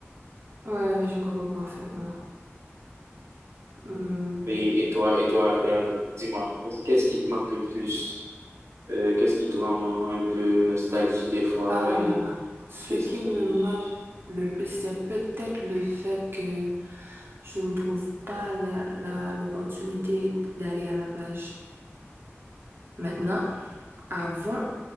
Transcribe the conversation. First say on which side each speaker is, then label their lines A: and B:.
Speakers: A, on the right; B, on the right.
A: ouais, je comprends parfaitement. Hmm.
B: Et, et toi, et toi, euh, dis-moi, qu'est-ce qui te manque le plus? Euh, qu'est-ce qui te rend un peu nostalgique des fois
A: Ah,
B: et
A: ce
B: qu'est-ce
A: qui
B: qui...
A: me manque le plus, c'est peut-être le fait que je ne trouve pas la, la- l'opportunité d'aller à la plage. Maintenant, avant,